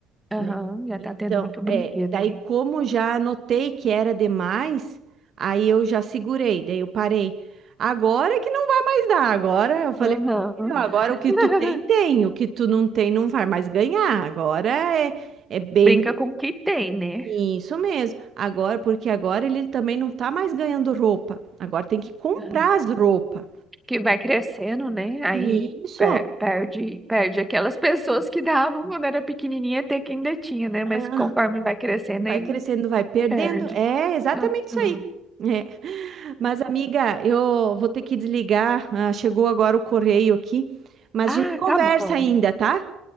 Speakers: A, in the centre; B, on the right (about 40°).
A: Aham,
B: né?
A: já
B: Então,
A: tá tendo muito brinquedo,
B: é, daí
A: né?
B: como já notei que era demais, aí eu já segurei, daí eu parei. Agora é que não vai mais dar, agora eu falei,
A: Aham.
B: filho, agora
A: <laughs>
B: o que tu tem, tem, o que tu não tem, não vai mais ganhar. Agora é, é bem
A: Brinca com o que tem, né?
B: isso mesmo. Agora, porque agora ele também não tá mais ganhando roupa. Agora tem que comprar
A: Aham.
B: as roupas.
A: Que vai crescendo, né? Aí
B: E Isso,
A: pe- perde, perde aquelas pessoas que davam quando era pequenininha, até que ainda tinha, né? Mas
B: ah,
A: conforme vai crescendo,
B: vai
A: aí
B: crescendo, vai perdendo.
A: perde.
B: É exatamente isso
A: Aham.
B: aí. É. Mas, amiga, eu vou ter que desligar. Ah, chegou agora o correio aqui. Mas
A: Ah,
B: a gente conversa
A: tá bom.
B: ainda, tá?